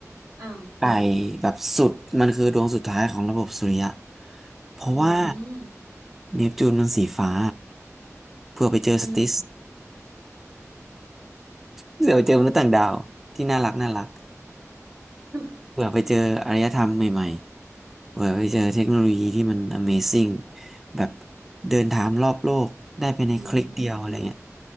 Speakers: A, on the right; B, in the centre.
A: อ่า
B: ไกลแบบสุดมันคือดวงสุดท้ายของระบบสุริยะเพราะว่า
A: อืม
B: เนปจูนมันสีฟ้าเผื่อไปเจอสติส
A: อืม
B: <laughs> เผื่อไปเจอมนุษย์ต่างดาวที่น่ารักน่ารัก
A: <laughs>
B: เผื่อไปเจออารยธรรมใหม่ๆเผื่อไปเจอเทคโนโลยีที่มัน Amazing แบบเดินทางรอบโลกได้ภายในคลิกเดียวอะไรเงี้ย
A: อืม